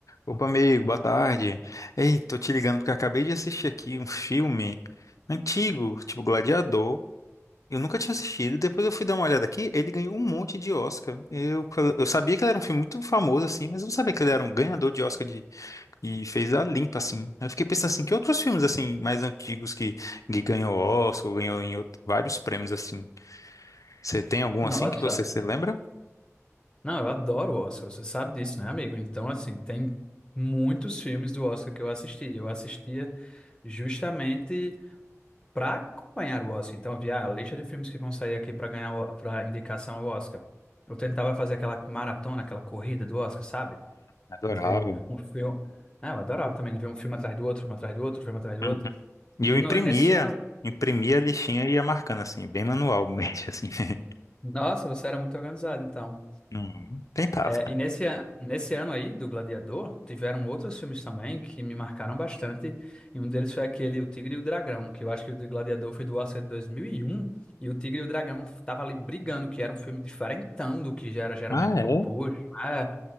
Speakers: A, on the left; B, on the left.
A: Opa, amigo, boa tarde. Ei, tô te ligando porque eu acabei de assistir aqui um filme antigo, tipo Gladiador. Eu nunca tinha assistido, depois eu fui dar uma olhada aqui, ele ganhou um monte de Oscar. Eu, eu sabia que ele era um filme muito famoso, assim, mas eu não sabia que ele era um ganhador de Oscar de, e fez a limpa, assim. Eu fiquei pensando assim, que outros filmes, assim, mais antigos que, que ganhou Oscar, ou ganhou em outro- vários prêmios, assim. Você tem algum
B: Nossa,
A: assim que você se lembra?
B: não, eu adoro o Oscar, você sabe disso, né, amigo? Então, assim, tem muitos filmes do Oscar que eu assisti. Eu assistia justamente para acompanhar o Oscar. Então, eu via a lista de filmes que vão sair aqui para ganhar, para indicação ao Oscar. Eu tentava fazer aquela maratona, aquela corrida do Oscar, sabe?
A: Adorava.
B: De ver um filme. Ah, eu adorava também de ver um filme atrás do outro, filme atrás do outro, filme atrás do
A: Uhum.
B: outro.
A: E eu
B: E
A: imprimia,
B: no- nesse ano,
A: imprimia a listinha e ia marcando assim, bem manualmente, assim. <laughs>
B: nossa, você era muito organizado, então.
A: Não tentava.
B: É, e nesse, a- nesse ano aí do Gladiador, tiveram outros filmes também que me marcaram bastante. E um deles foi aquele O Tigre e o Dragão, que eu acho que o do Gladiador foi do Oscar de 2001. E um. E O Tigre e o Dragão tava ali brigando, que era um filme diferentão do que já era geralmente
A: Ah,
B: proposto.
A: é?
B: É,